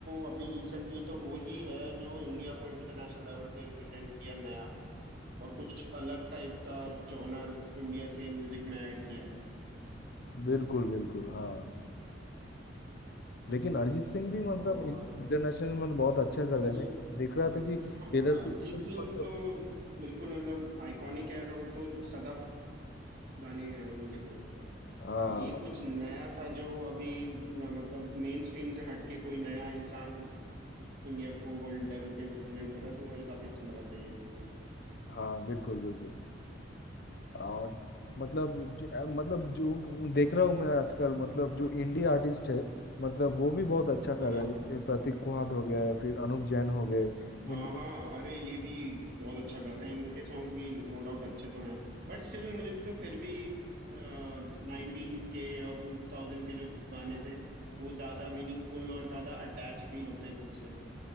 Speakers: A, on the right (about 55°); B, on the left (about 55°).
A: अभी रिसेंटली तो वो ही है जो इंडिया को इंटरनेशनल लेवल पे रिप्रेजेंट किया नया और कुछ अलग टाइप का जॉनर इंडिया के म्यूजिक में ऐड किया
B: बिल्कुल बिल्कुल हाँ लेकिन अरिजीत सिंह भी मतलब
A: और
B: इंटरनेशनल में मतलब बहुत अच्छा कर
A: हरी
B: रहे हैं मैं देख रहा था कि
A: हाँ
B: टेलर स्विफ्ट
A: अरिजीत
B: को भी
A: सिंह
B: मतलब
A: तो बिल्कुल मतलब आइकॉनिक है वो तो सदा गाने हैं उनके तो
B: हाँ
A: ये
B: मत-
A: कुछ नया था जो अभी न, मतलब मेन स्ट्रीम से हटके कोई नया इंसान इंडिया को वर्ल्ड लेवल पे रिप्रेजेंट कर रहा है तो मुझे काफी अच्छा लगा था ये
B: हाँ बिल्कुल बिल्कुल और मतलब ज, अ, मतलब जो देख रहा हूँ मैं आजकल मतलब जो इंडिया आर्टिस्ट है मतलब वो भी बहुत अच्छा कर
A: हाँ
B: रहा है जैसे प्रतीक कुहाद हो गया है फिर अनूप जैन हो गए
A: हाँ
B: इन लोगों
A: हाँ अरे ये भी बहुत अच्छा कर रहे हैं इनके सॉन्ग्स भी नो डाउट अच्छे तो हैं बट स्टिल मुझे तो फिर भी नाइन्टीज के और टू थाउजेंड के जो गाने थे वो ज्यादा मीनिंगफुल और ज्यादा अटैच फील होते हैं खुद से